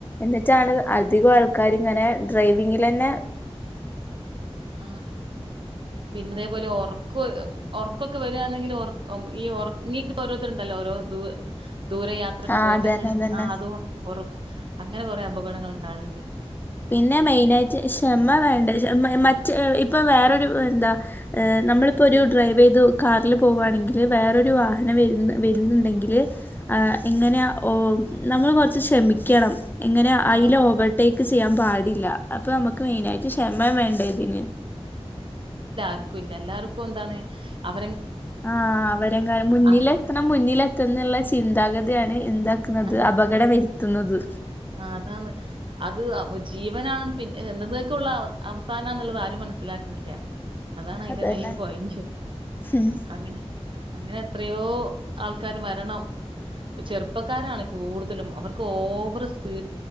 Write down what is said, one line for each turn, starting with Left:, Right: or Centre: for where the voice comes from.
Left: എന്നിട്ടാണ് അധികം ആൾക്കാരിങ്ങനെ ഡ്രൈവിംഗിലന്നെ
Right: ആ പിന്നതേപോലെ ഒറക്ക്‌ ഒറക്കൊക്കെ വര്വണെങ്കില് ഒറ അം ഈ ഒറങ്ങീക്ക്‌ ഓരോരുത്തരുണ്ടല്ലോ ഓരോ ദൂ ദൂര യാത്രക്ക്
Left: ആ
Right: പോയിട്ട്
Left: അതന്നെ
Right: അങ്ങനെ
Left: അതന്നെ
Right: ആ അത് ഒറ അങ്ങനെ കൊറെ അപകടങ്ങള്ണ്ടാകല്ണ്ട്
Left: പിന്നെ മെയിനായിട്ട് ഷെമ വേണ്ടെ ഷെ മ മ്മ യ് ഇപ്പൊ വേറൊരു എന്താ നമ്മളിപ്പോ ഒരു ഡ്രൈവ് ചെയ്ത് കാറില് പോവാണെങ്കിൽ വേറൊരു വാഹനം വരുന്ന് വരുന്ന്ണ്ടെങ്കില് ആ എങ്ങനെ ഓ നമ്മൾ കൊറച്ച് ക്ഷമിക്കണം എങ്ങനെ അയില
Right: ആ
Left: ഓവർടേക്ക് ക്ക്‌ ചെയ്യാൻ പാടില്ല അപ്പൊ നമുക്ക് മെയിനായിട്ട് ക്ഷമ വേണ്ട ഇതിന്
Right: ലാക്കുംല്ലല്ലാർക്കുംഎന്താണ് അവ്
Left: ആ അവരെങ്കാലും മുന്നിലെത്തണം
Right: അങ്
Left: മുന്നിലെത്ത്ന്നുള്ള ചിന്താഗതി താണ് എന്താക്കുന്നത്
Right: ആ
Left: അപകടം വര് ത്ത്ന്നത്
Right: ആ അതാണ് അത് അപ്പൊ ജീവനാണെന്ന് പിന്നെ <unintelligible> അവസാനാന്നുള്ളത് ആരും മനസ്സിലാക്കണില്ല അതാണ് അതിന്റെ
Left: അതന്നെ
Right: മെയിൻ പോയന്റ്
Left: ഉം
Right: അങ്ങനെ അങ്ങനെ എത്രയോ ആൾക്കാര് മരണം ചെറുപ്പക്കാരാണ് കൂടുതലും അവർക്ക് ഓവറ് സ് പീ